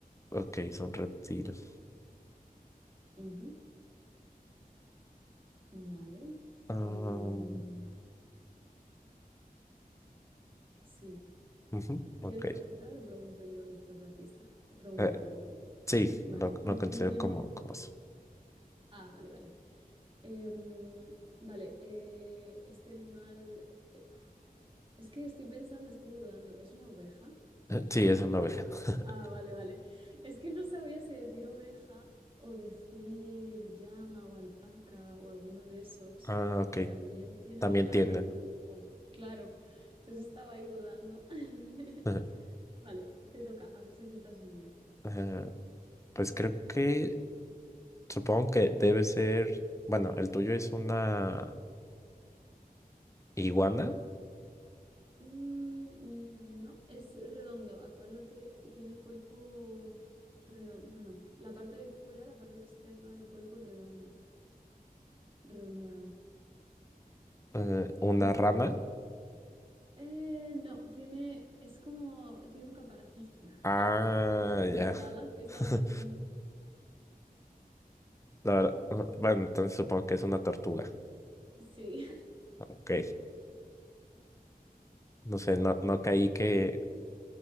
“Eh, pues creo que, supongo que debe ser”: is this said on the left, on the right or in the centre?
Left